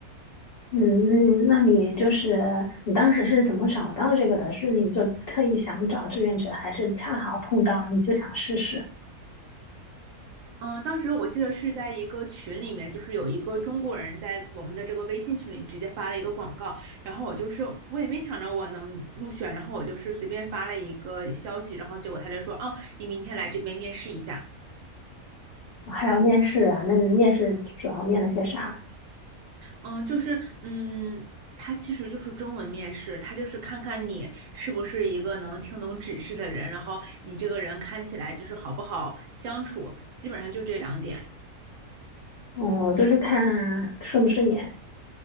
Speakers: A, on the left (about 60°); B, on the right (about 65°).
A: 嗯，那你就是你当时是怎么找到这个的？是你就特意想找志愿者，还是恰好碰到你就想试试？
B: 嗯，当时我记得是在一个群里面，就是有一个中国人在我们的这个微信群里直接发了一个广告，然后我就是我也没想着我能入选，然后我就是随便发了一个消息，然后结果他就说，哦，你明天来这边面试一下。
A: 还要面试啊？那你面试主要面了些啥？
B: 嗯，就是嗯，他其实就是中文面试，他就是看看你是不是一个能听懂指示的人，然后你这个人看起来就是好不好相处，基本上就这两点。
A: 哦，就是看顺不顺眼。